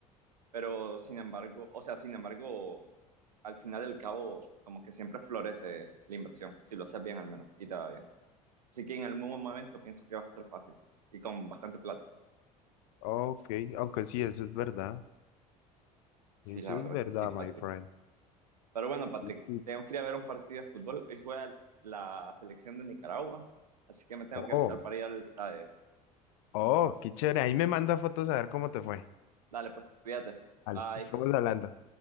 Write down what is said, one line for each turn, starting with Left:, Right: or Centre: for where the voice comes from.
Right: pero sin embargo, o sea, sin embargo, al final del cabo, como que siempre florece la inversión, si lo haces bien al menos y te va bien. Así que en algún momento pienso que va a ser fácil y con bastante plata.
Left: Ok, aunque sí, eso es verdad.
Right: Sí,
Left: Eso
Right: la verdad
Left: es verdad,
Right: es que sí, Patrick.
Left: my friend.
Right: Pero bueno, Patrick,
Left: Mm.
Right: tengo que ir a ver un partido de fútbol. Hoy juega la selección de Nicaragua, así que me tengo
Left: Oh,
Right: que alistar para ir al estadio.
Left: oh, qué chévere. Ahí me manda fotos a ver cómo te fue.
Right: Dale, pues, cuídate.
Left: Vale,
Right: Bye.
Left: estamos hablando.